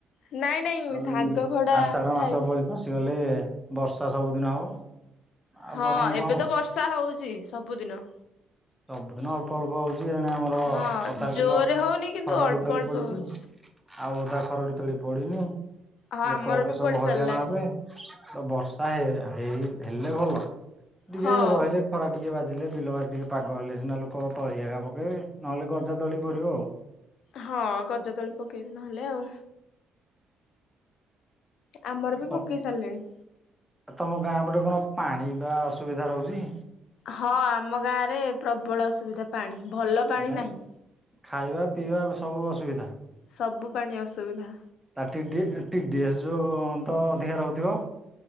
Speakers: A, on the left (about 75°); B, in the centre.
A: ନାଇଁ ନାଇଁ
B: ଆଉ
A: ଶାଗ
B: ଏ
A: ଖଡା
B: ଆଷାଢ ମାସ
A: ଖାଇପାରିବି।
B: ପ ପସିଗଲେ ବର୍ଷା ସବୁଦିନ ହବ। ଆଉ
A: ହଁ
B: ଗରମ କଣ
A: ଏବେ
B: ହବ
A: ତ ବର୍ଷା ହଉଛି ସବୁଦିନ।
B: ସବୁଦିନ ଅଳ୍ପ ଅଳ୍ପ ହଉଛି ଏଣେ ଆମର
A: ହଁ
B: ଅଧା
A: ଜୋରରେ
B: ବିଲ
A: ହଉନି କିନ୍ତୁ
B: ଖରଡି
A: ଅଳ୍ପ
B: ତଳି
A: ଅଳ୍ପ
B: ପଡିଛି।
A: ହଉଛି।
B: ଆଉ ଅଧା ଖରଡି ତଳି ପଡିିନି
A: ହଁ ଆମର
B: ଲୋକ ବାକ
A: ବି
B: ସବୁ
A: ପଡି
B: ହଇରାଣ
A: ସାରିଲାଣି।
B: ହେବେ। ବର୍ଷା ହେଇ ହେଇ ହେଲେ ଭଲ ଟିକେ
A: ହଁ
B: ରହିଲେ ଖରା ଟିକେ ବାଜିଲେ ବିଲ ବାରି ଟିକେ ପାଗ ହେଲେ ସିନା ଲୋକ ତଳି ଏକା ପକେଇବେ ନହଲେ ଗଜା ତଳି ପଡ଼ିବ ଆଉ।
A: ହଁ ଗଜା ତଳି ପକେଇବେ ନହେଲେ ଆଉ। ଆମର ବି
B: ଆଉ
A: ପକେଇ ସାରିଲେଣି।
B: ତମ ଗାଁ ପଟେ କଣ ପାଣି ବା ଅସୁବିଧା ରହୁଛି?
A: ହଁ ଆମ ଗାଁରେ ପ୍ରବଳ ଅସୁବିଧା ପାଣି ଭଲ ପାଣି
B: ମାନେ
A: ନାହିଁ।
B: ଖାଇବା ପିଇବା ସବୁ ଅସୁବିଧା?
A: ସବୁ ପାଣି ଅସୁବିଧା।
B: ତାଟିଡି ଟିଡ଼ିଏସ ଯୋଉ ତ ଅଧିକା ରହୁଥିବ?